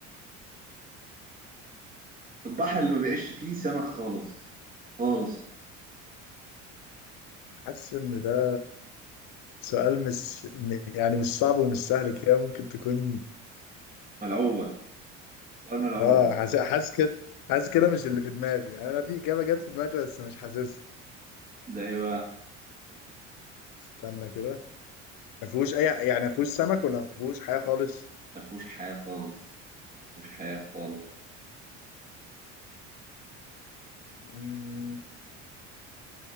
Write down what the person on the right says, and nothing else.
البحر اللي ما بيعيش فيه سمك خالص خالص
ملعوبه سؤال ملعوب
ده ايه بقى
ده مفيهوش حياه خالص مفيهوش حياه خالص